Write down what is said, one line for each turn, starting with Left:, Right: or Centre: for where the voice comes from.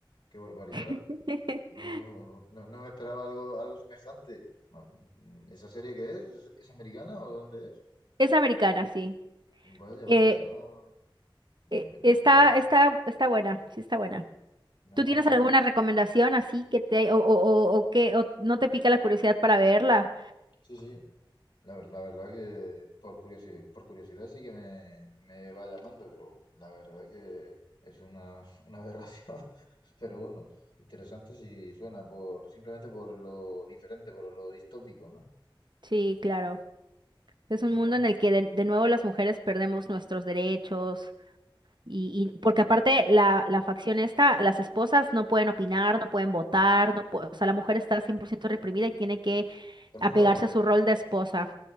Left: qué barbaridad.
Right: <laughs>
Left: No, no, no me esperaba algo, algo semejante. Ma- mm, ¿Esa serie qué es? ¿Es, es americana o de dónde es?
Right: Es americana, sí.
Left: Vaya,
Right: Eh,
Left: vaya, no. Me,
Right: eh,
Left: me, me-
Right: está,
Left: me he
Right: está, está buena, sí está buena.
Left: Nada,
Right: ¿Tú tienes
Left: nada.
Right: alguna recomendación así que te o, o, o, o que o no te pica la curiosidad para verla?
Left: Sí, sí. La, ver- la verdad que por curiosidad, por curiosidad sí que me, me va llamando, pero la verdad que es una, <laughs> una aberración. <laughs> Pero bueno, interesante si suena por simplemente por lo diferente, por lo distópico, ¿no?
Right: Sí, claro. Es un
Left: Bueno,
Right: mundo en el que de, de nuevo las mujeres perdemos nuestros derechos y, y- porque aparte la, la facción esta, las esposas no pueden opinar, no pueden votar, no pu- o sea, la mujer está 100% reprimida y tiene que
Left: el
Right: apegarse
Left: mundo árabe,
Right: a su rol de esposa,